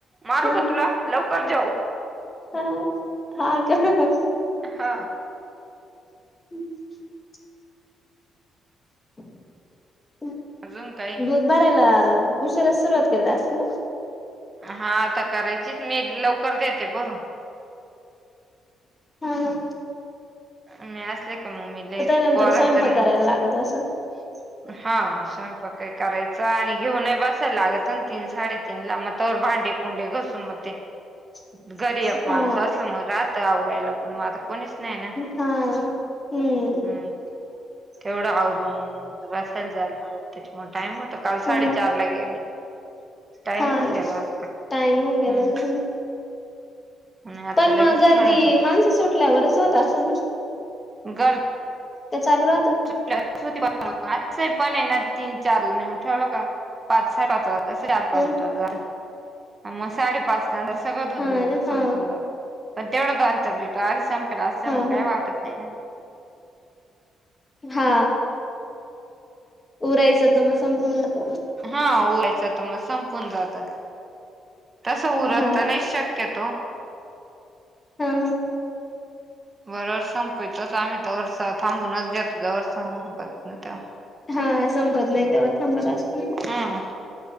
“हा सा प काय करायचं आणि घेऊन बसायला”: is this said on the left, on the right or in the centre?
Right